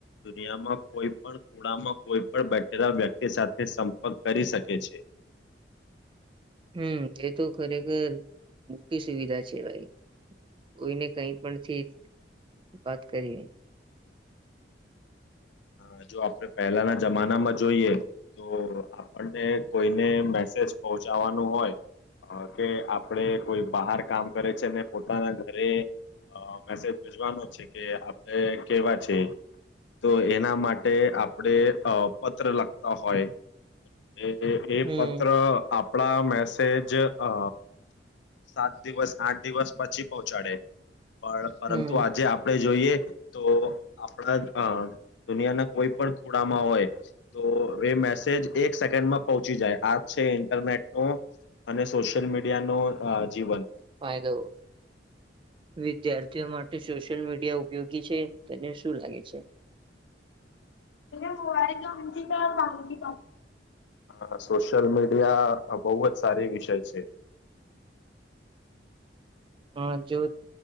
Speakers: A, on the left; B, on the right.
A: દુનિયામાં કોઈ પણ ખુણામાં કોઈ પણ બેઠેલા વ્યક્તિ સાથે સંપર્ક કરી શકે છે.
B: હમ એ તો ખરેખર મોટી સુવિધા છે ભાઈ, કોઈને કંઈ પણ ઠીક વાત કરીએ
A: હા, જો આપણે પહેલાના જમાનામાં જોઈએ, તો આપણને કોઈને મેસેજ પહોંચાવાનું હોય અ કે આપણે કોઈ બહાર કામ કરે છે ને પોતાના ઘરે અ મેસેજ ભેજવાનો છે કે આપણે કેવા છે તો એ એના માટે આપડે અ પત્ર લખતા હોય એ એ એ
B: હમ
A: પત્ર આપ આપણા મેસેજ અ સાત દિવસ આઠ દિવસ પછી પહોંચાડે. પણ પરંતુ
B: હમ
A: આજે આપણે જોઈએ તો આપણા જ અ દુનિયાના કોઈ પણ ખુણામાં હોય, તો એ મેસેજ એક સેકન્ડમાં પહોંચી જાય આજ છે ઇન્ટરનેટનો, અને સોશિયલ મીડિયાનો અ જીવન.
B: ફાયદો, વિદ્યાર્થીઓ માટે સોશિયલ મીડિયા ઉપયોગી છે? તને શું લાગે છે.
A: <unintelligible> હા સોશિયલ મીડિયા પણ બોવ જ સારી વિષય છે.
B: અ જો